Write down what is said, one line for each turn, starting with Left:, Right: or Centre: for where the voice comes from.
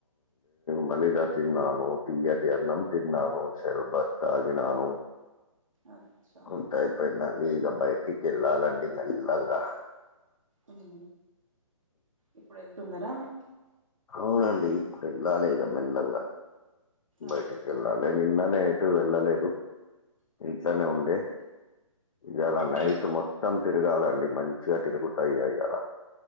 Left: మలిగా తిన్నాను తియ్యటి అన్నం తిన్నాను షర్బత్ తాగినాను
Right: అచ్చా
Left: అంతా అయిపోయిందండి. ఇగ బయటికి వెళ్ళాలండి మెల్లంగ
Right: ఉమ్ ఇప్పుడు ఎళ్తున్నారా
Left: అవునండి ఇప్పుడు వెళ్ళాలి ఇగ మెల్లంగా బయటికి
Right: అచ్చా
Left: వెళ్ళాలి నిన్ననే ఎటు వెళ్ళలేదు ఇంట్లోనే ఉండే ఇయల
Right: అయ్యో
Left: నైట్ మొత్తం తిరగాల మంచిగా తిరుగుత ఇగ ఇగ అలా